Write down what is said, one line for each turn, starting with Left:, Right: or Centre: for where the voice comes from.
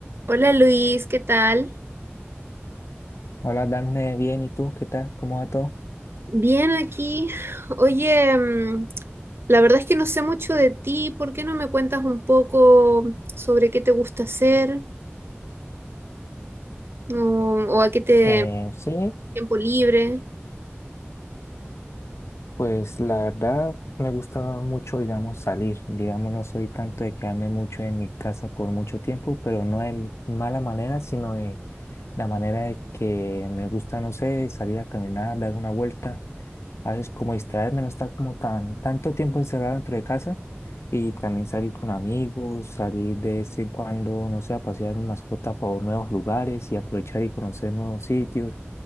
Right: Hola Luis, ¿qué tal?
Left: Hola, Dafne, bien, ¿y tú? ¿Qué tal? ¿Cómo va todo?
Right: Bien aquí. Oye, mm, la verdad es que no sé mucho de ti. ¿Por qué no me cuentas un poco sobre qué te gusta hacer o, o a qué te
Left: Eh, sí,
Right: tiempo libre?
Left: pues la verdad me gusta mucho, digamos, salir. Digamos, no soy tanto de quedarme mucho en mi casa por mucho tiempo, pero no en mala manera, sino de la manera de que me gusta, no sé, salir a caminar, dar una vuelta. A veces como distraerme, no estar como tan, tanto tiempo encerrado dentro de casa. Y también salir con amigos, salir de vez en cuando, no sé, a pasear mi mascota por nuevos lugares y aprovechar y conocer nuevos sitios.